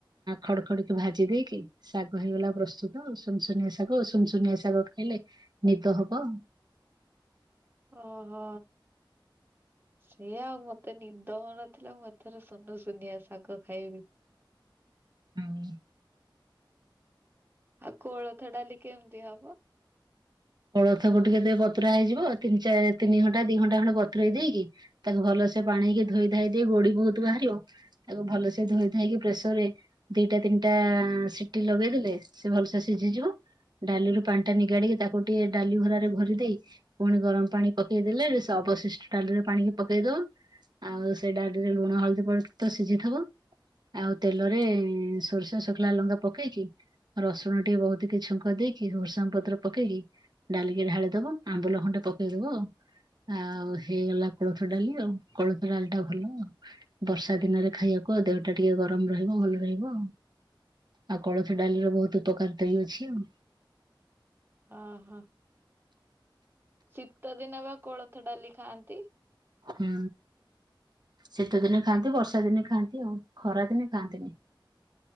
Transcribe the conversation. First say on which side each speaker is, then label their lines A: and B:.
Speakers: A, on the right (about 55°); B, on the right (about 25°).
A: ଖଡ ଖଡକି ଭାଜି ଦେଇକି ଶାଗ ହେଇଗଲା ପ୍ରସ୍ତୁତ। ସୁନୁସୁନିଆ ଶାଗ, ସୁନୁସୁନିଆ ଶାଗ ଖାଇଲେ ନିଦ ହବ।
B: ଓହୋ। ସେଇଆ ଆଉ, ମତେ ନିଦ ହୋଉନଥିଲା, ମୁଁ ଏଥର ସୁନୁସୁନିଆ ଶାଗ ଖାଇବି।
A: ହୁଁ।
B: ଆଉ, କୋଳଥ ଡାଲି କେମିତି ହବ?
A: କୋଳଥକୁ ଟିକେ ଦେ ବତୁରା ହେଇଯିବ, ତିିନି, ଚା ତିନି ଘଣ୍ଟା, ଦି ଘଣ୍ଟା, ବତୁରେଇ ଦେଇକି ତାକୁ ଭଲସେ ପାଣି ରେ ଧୋଇ, ଧାଇ ଦେଇ ଗୋଡି ବହୁତ ବାହାରିବ। ତାକୁ ଭଲସେ ଧୋଇ ଧାଇ କି ପ୍ରେସର ରେ ଦିଟା, ତିନିଟା, ସିଟି ଲଗେଇଦଲେ ସେ ଭଲସେ ସିଜିଯିବ। ଡାଲିରୁ ପାଣି ଟା ନିଗାଡିକି, ତାକୁ ଟିକେ ଡାଲି ଭରାରେ ଘୋରି ଦେଇ ଫୁଣି ଗରମ ପାଣି ପକେଇଦେଲେ, ସେ ଅବଶିଷ୍ଟ ଡାଲିରେ ପାଣିିକି ପକେଇଦବ। ଆଉ, ସେଇ ଡାଲିରେ ଲୁଣ, ହଳଦୀ ପ ତ ସିଜିଥିବ। ଆଉ, ତେଲରେ ସୋରିଷ ଶୁଖିଲା ଲଙ୍କା ପକେଇକି ରସୁଣ ଟିକେ ବହୁତ କି ଛୁଙ୍କ ଦେଇକି, ଭୁର୍ସଙ୍ଗ ପତ୍ର ପକେଇକି ଡାଲିକି ଢାଳିଦବ, ଆମ୍ବୁଲ ଖଣ୍ଡେ ପକେଇଦବ ଆଉ। ଆଉ ହେଇଗଲା କୋଳଥ ଡାଲି ଆଉ। କୋଳଥ ଡାଲି ଟା ଭଲ ଆଉ। ବର୍ଷା ଦିନରେ ଖାଇବାକୁ ଆଉ, ଦେହଟା ଟିକେ ଗରମ ରହିବ ଭଲ ରହିବ ଆଉ। ଆଉ କୋଳଥ ଡାଲିରେ ବହୁତ ଉପକାର ଦହି ଅଛି ଆଉ।
B: ଅହ ଶୀତ ଦିନ ବା କୋଳଥ ଡାଲି ଖାଆନ୍ତି?
A: ହୁଁ, ଶୀତ ଦିନେ ଖାଆନ୍ତି, ବର୍ଷା ଦିନେ ଖାଆନ୍ତି, ଆଉ ଖରା ଦିନେ ଖାଆନ୍ତିନି।